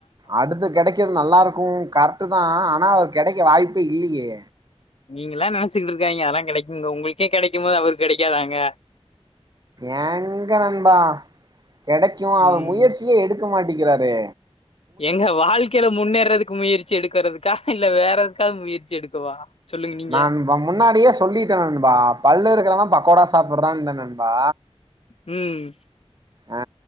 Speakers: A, on the right; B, on the left.
A: அடுத்து கெடைக்கறது நல்லாருக்கும் கரெட்டு தான் ஆனா அவர் கெடைக்க வாய்ப் இப்ப இல்லியே
B: நீங்கல்லா நெனைச்சுக்கிட்ருக்காதீங்க அதெல்லா கெடைக்குன்னு உங்களுக்கே கெடைக்கும் போது அவருக்கு கெடைக்காதாங்க
A: எங்க நண்பா கெடைக்கு அவர்
B: ம்
A: முயற்சியே எடு க்க மாட்டிங்கிறாரே
B: ஏங்க வாழ்க்கையில முன்னேறதுக்கு முயற்சி எடுக்கறதுக்கா இல்ல வேற எதுக்காவது முயற் சி எடுக்கவா சொல்லுங்க நீங்க
A: நண்பா முன்னாடியே சொல்லிட்டே நண்பா பல்லு இருக்கிறவ பக்கோடா சாப்படுறான்னே நண்பா
B: ம்
A: ஆ